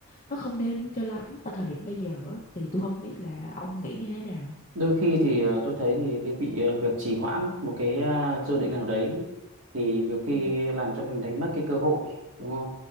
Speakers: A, on the left; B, on the right.
A: nó không nên cho lắm ở thời điểm bây giờ á thì tôi không biết là ông nghĩ như thế nào
B: đôi khi thì ờ, tôi thấy thì cái bị ờ, việc trì hoãn một cái ờ, dự định nào đấy thì nhiều khi
A: Ừ.
B: làm cho mình đánh mất cái cơ hội đúng không